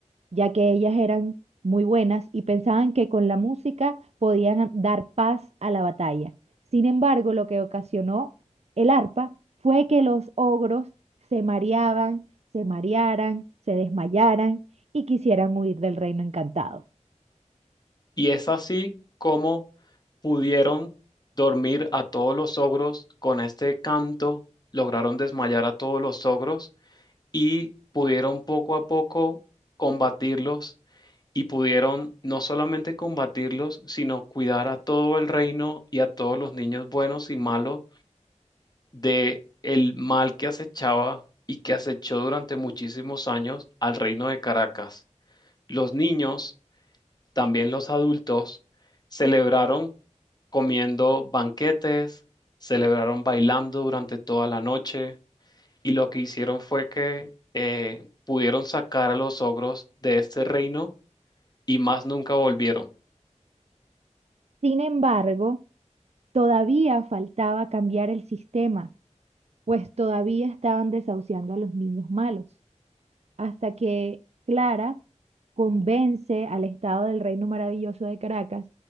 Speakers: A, on the right; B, on the left.
A: ya que ellas eran muy buenas y pensaban que con la música podían dar paz a la batalla. Sin embargo, lo que ocasionó el arpa fue que los ogros se mareaban, se marearan, se desmayaran y quisieran huir del reino encantado.
B: Y es así como pudieron dormir a todos los ogros con este canto, lograron desmayar a todos los ogros y pudieron poco a poco combatirlos y pudieron no solamente combatirlos, sino cuidar a todo el reino y a todos los niños buenos y malos de el mal que acechaba y que acechó durante muchísimos años al reino de Caracas. Los niños también los adultos, celebraron comiendo banquetes, celebraron bailando durante toda la noche y lo que hicieron fue que eh, pudieron sacar a los ogros de este reino y más nunca volvieron.
A: Sin embargo, todavía faltaba cambiar el sistema, pues todavía estaban desahuciando a los niños malos. hasta que Clara convence al Estado del Reino Maravilloso de Caracas